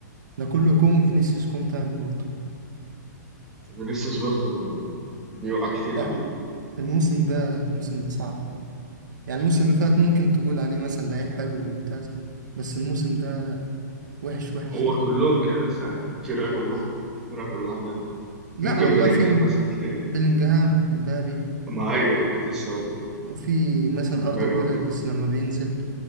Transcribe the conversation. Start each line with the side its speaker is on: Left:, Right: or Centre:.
Right: ده كله كوم فينيسيوس كوم تاني برضه
Centre: فينيسيوس برضه بيوقع كتير
Right: لأ
Centre: قوي
Right: الموسم ده الموسم ده صعب يعني الموسم اللي فات
Centre: أمم،
Right: ممكن تقول عليه مثلا لعيب حلو وممتاز بس الموسم ده وحش وحش
Centre: هو
Right: يعني
Centre: كلهم كده الصراحه الفرقه كلها الفرقه كلها بجد
Right: لا
Centre: ممكن
Right: والله
Centre: بلينجهام
Right: في
Centre: مثلا تلاقيه
Right: بلينجهام مبابي
Centre: ما ايوه كنت لسه هقول لك
Right: وفي مثلا
Centre: مبابي
Right: أردا جولر
Centre: برضه
Right: بس لما بينزل